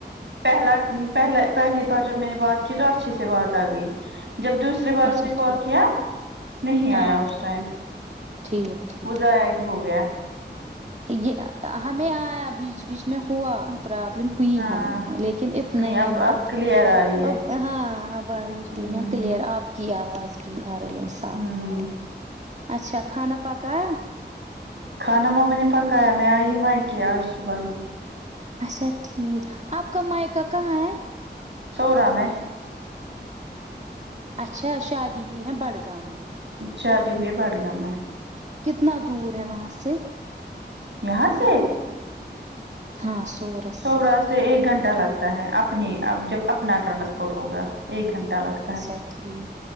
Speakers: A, on the right (about 80°); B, on the right (about 40°).
A: پہلا پہلا پہلی بار جب میں نے بات کی تو اچھے سے بات آ گئی جب دوسری دوسری بار
B: اچھا
A: اس نے
B: ٹھیک
A: کال کیا نہیں
B: ہاں
A: آیا اس ٹائم
B: ٹھیک ٹھیک
A: وہ ضیاء ہی ہوگیا
B: یہ ہمیں آیا بیچ بیچ میں ہوا پرابلم ہوئی
A: ہاں
B: ہمیں لیکن اتنے نہیں
A: اب اب
B: مت
A: کلیئر آ رہی ہے
B: اب ہاں اب آ رہی ہیں
A: ہمم
B: کلیئر کلیئر آپ کی آواز بھی آ رہی ہے صاف
A: ھم
B: اچھا کھانا پکا
A: کھانا مما نے پکایا میں آئی مائکے آج صبح ہی
B: اچھا ٹھیک آپ کا مائیکہ کہاں ہے
A: سوورام ہے
B: اچھا شادی ہوئی ہے بڑگام میں
A: شادی ہوئی ہے بڈگام میں
B: کتنا دور ہے وہاں سے
A: یہاں سے
B: ہاں سورس
A: سورا
B: سے
A: سے ایک گھنٹہ لگتا ہے اپنی جب اپنا ٹرانسپورٹ ہوگا ایک گھنٹہ لگ
B: اچھا ٹھیک